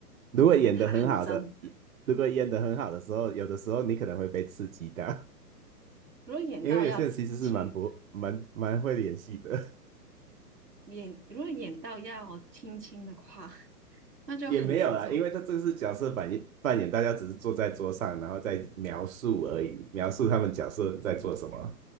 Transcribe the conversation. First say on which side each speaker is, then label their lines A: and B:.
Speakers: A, on the right (about 55°); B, on the right (about 80°).
A: 如果演得很好的，
B: 演的太很真，
A: 如果演得很好的时候，有的时候你可能会被刺激到，
B: 如果演到要亲
A: <laughs> 因为有些人其实是蛮不蛮蛮会演戏的，
B: 演如果演到要亲亲的话，<laughs>
A: <laughs>
B: 那就很严重。
A: 也没有啦，因为他这个是角色扮演扮演，大家只是坐在桌上，然后再描述而已，描述他们角色在做什么。